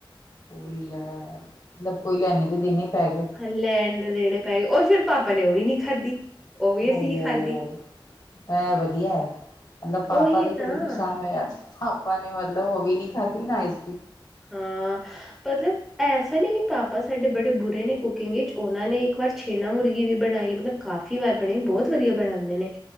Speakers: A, on the left (about 45°); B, in the centre.
A: ਉਹ ਲੈ ਮਤਲਬ ਕੋਈ ਲੈਨੇ ਦੇ ਦੇਣੇ ਪੈ ਗਏ।
B: ਲੈਣ ਦੇ ਦੇਣੇ ਪੈ ਗਏ ਉਹ ਫੇਰ ਪਾਪਾ ਨੇ ਉਹ ਵੀ ਨੀ ਖਾਧੀ।
A: <unintelligible>
B: ਉਹ ਵੀ ਅਸੀਂ ਹੀ ਖਾਧੀ,
A: ਹੈ ਵਧੀਆ ਹੈ ਮਤਲਬ ਪਾਪਾ
B: ਉਹੀ
A: ਦੇ ਕੋਲੋਂ
B: ਤਾਂ।
A: ਨੁਕਸਾਨ ਹੋਇਆ। ਪਾਪਾ ਨੇ ਮਤਲਬ ਉਹ ਵੀ ਨੀ ਖਾਧੀ ਨਾ ਆਈਸ
B: ਹਾਂ ਮਤਲਬ ਐਸਾ ਨਈ ਕਿ ਪਾਪਾ ਪਾ ਸਾਡੇ ਬੜੇ ਬੁਰੇ ਨੇ ਕੁਕਿੰਗ ਵਿੱਚ ਉਹਨਾਂ ਨੇ ਇੱਕ ਵਾਰ ਛੇਣਾ ਮੁਰਗੀ ਵੀ ਬਣਾਈ ਮਤਲਬ ਕਾਫੀ ਕਾਫ਼ੀ ਵਾਰ ਬਣੇ ਬਹੁਤ ਵਧੀਆ ਬਣਾਉਂਦੇ ਨੇ